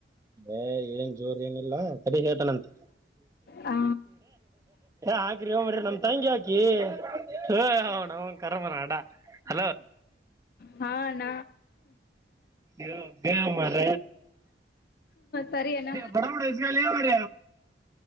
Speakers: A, on the right; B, on the left.
A: ಹ ಏನ್ ಜೋರ್ ಏನಿಲ್ಲ ಸರಿ ಹೇಳ್ತಾನಂತ
B: ಹ
A: ಹಾಕ್ರಿ ಹ್ರಿ ನಮ ತಂಗಿ ಹಾಕಿ ಹ ಕರಮನ ಅಡ ಅಲ
B: ಹಾ ಅಣ್ಣ
A: ಯ ಗ ಮಾರ
B: ಸರಿ ಅಣ್ಣ
A: ಬಡ ಮುಡಗ ಯ ಮರ